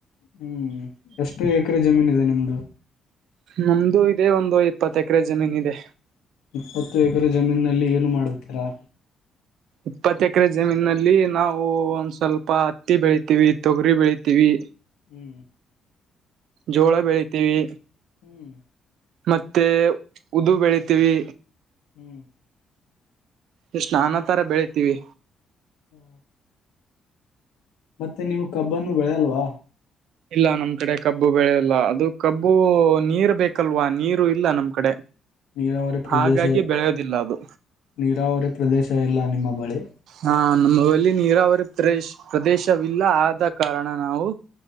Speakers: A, on the left; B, on the right.
A: ಹ್ಮ್ ಎಷ್ಟು ಎಕರೆ ಜಮೀನ್ ಇದೆ ನಿಮ್ದು?
B: ನಮ್ದು ಇದೆ ಒಂದು ಇಪ್ಪತ್ ಎಕರೆ ಜಮೀನ್ ಇದೆ.
A: ಇಪ್ಪತ್ತು ಎಕರೆ ಜಮೀನಲ್ಲಿ ಏನು ಮಾಡುತ್ತೀರಾ?
B: ಇಪ್ಪತ್ತು ಎಕರೆ ಜಮೀನಲ್ಲಿ ನಾವು ಒಂದ್ ಸ್ವಲ್ಪ ಹತ್ತಿ ಬೆಳಿತೀವಿ, ತೊಗರಿ ಬೆಳಿತೀವಿ.
A: ಹ್ಮ್
B: ಜೋಳ ಬೆಳಿತೀವಿ.
A: ಹ್ಮ್
B: ಮತ್ತೆ ಉದ್ದು ಬೆಳಿತೀವಿ.
A: ಹ್ಮ್
B: ಎಷ್ಟು ನಾನಾ ತರ ಬೆಳಿತೀವಿ.
A: ಹ್ಮ ಮತ್ತೆ ನೀವು ಕಬ್ಬನು ಬೆಳೆಯಲ್ವಾ
B: ಇಲ್ಲ ನಮ್ ಕಡೆ ಕಬ್ಬು ಬೆಳೆಲ್ಲ ಅದು ಕಬ್ಬು ನೀರ್ ಬೇಕಲ್ವಾ ನೀರು ಇಲ್ಲ ನಮ್ ಕಡೆ
A: ನೀರಾವರಿ ಪ್ರದೇಶ
B: ಹಾಗಾಗಿ ಬೆಳೆಯೋದಿಲ್ಲ ಅದು
A: ನೀರಾವರಿ ಪ್ರದೇಶ ಎಲ್ಲ ನಿಮ್ಮ ಬಳಿ
B: ಹಾ ನಮ್ಮಲ್ಲಿ ನೀರಾವರಿ ಪ್ರದೇಶ್ ಪ್ರದೇಶವಿಲ್ಲ ಆದ ಕಾರಣ ನಾವು